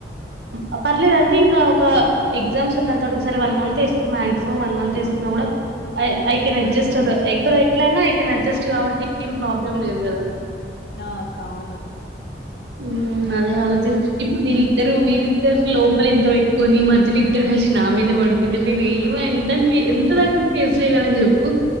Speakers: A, on the right; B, on the left.
A: ఆ పర్లేదంటే ఇంకా ఎగ్జామ్స్ ఉన్నంత ఒకసారి వన్ మంత్ వేసుకో మాక్సిమం వన్ మంత్ వేసుకున్నా కూడా ఐ కెన్ అడ్జస్ట్
B: హ్మ్.
A: ఎక్కడ ఎట్లైనా ఐ కెన్ అడ్జస్ట్ కాబట్టి ఏం ప్రాబ్లం లేదు కదా
B: నా కావవును
A: ఉమ్ అదే ఆలోచిస్త ఇప్పుడు వీళ్ళిద్దరు వీళ్ళిద్దరు లోపలి ఇంత పెట్టుకొని మధ్యలో ఇద్దరు కలిసి నా మీదే పడుతుంటే నేను ఏమ ఎంత ఎంత దాకాం ఫేస్ చెయగలని చెప్పు